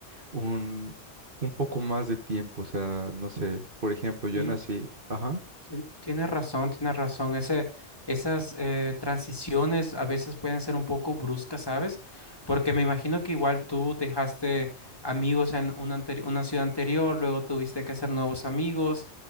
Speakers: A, on the right; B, on the left.
A: un, un poco más de tiempo. O sea, no sé, por ejemplo, yo
B: Sí.
A: nací, ajá.
B: Tien- Tienes razón, tienes razón. Ese, esas eh, transiciones a veces pueden ser un poco bruscas, ¿sabes? Porque me imagino que igual tú dejaste amigos en una, anteri- una ciudad anterior, luego tuviste que hacer nuevos amigos.